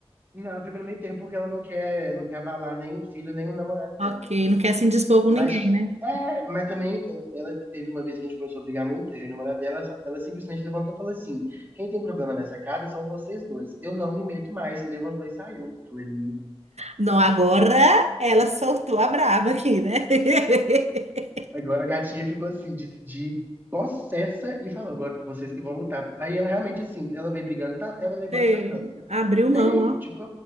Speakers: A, on the right; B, on the right.
A: não, ela fica no meio termo porque ela não quer, não quer abalar nem o filho, nem o namorado dela.
B: Ok, não quer se indispor com
A: Mas,
B: ninguém, né?
A: é, mas também, é, ela teve uma vez que a gente começou a brigar muito, eu e o namorado dela, ela, só- ela simplesmente levantou e falou assim: quem tem problema nessa casa são vocês dois, eu não me meto mais. Levantou e saiu. Eu falei, "Não."
B: Não, agora ela soltou a braba aqui, né? <laughs>
A: agora a gatinha ficou assim, de, de possessa, e falou: agora vocês que vão lutar. Aí ela realmente, assim, ela veio brigando, tá, ela levanta
B: Gente,
A: e sai andando.
B: abriu
A: Nem
B: mão,
A: aí,
B: ó.
A: tipo,